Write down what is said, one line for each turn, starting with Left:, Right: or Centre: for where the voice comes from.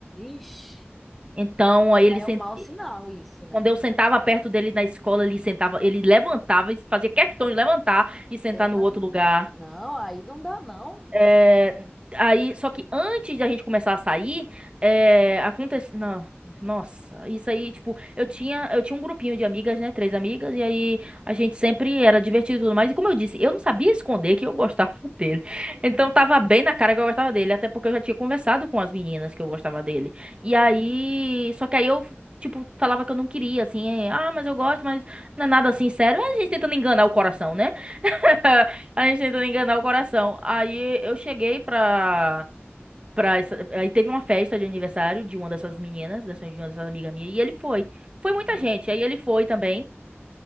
Centre: Ixi,
Right: Então, aí
Centre: já
Right: ele,
Centre: é
Right: sen-
Centre: um mau sinal isso, né?
Right: quando eu sentava perto dele na escola, ele sentava, ele levantava e fazia questão de levantar e sentar
Centre: Pelo
Right: no
Centre: amor...
Right: outro lugar.
Centre: Não, aí não dá, não.
Right: É, aí, só que antes da gente começar a sair, é, aconteceu. Não, nossa, isso aí, tipo, eu tinha, eu tinha um grupinho de amigas, né? Três amigas, e aí a gente sempre era divertido e tudo mais. E como eu disse, eu não sabia esconder que eu gostava <laughs> dele.
Centre: Uhum.
Right: Então tava bem na cara que eu gostava dele, até porque eu já tinha conversado com as meninas que eu gostava dele.
Centre: Uhum.
Right: E aí, só que aí eu. Tipo, falava que eu não queria, assim, é, ah, mas eu gosto, mas não é nada assim sério. É A gente tentando enganar o coração, né? <laughs> A gente tentando enganar o coração. Aí eu cheguei pra, pra essa- Aí teve uma festa de aniversário de uma dessas meninas, dessa, de uma dessas amigas minhas, e ele foi. Foi muita
Centre: Ah.
Right: gente, aí ele foi também.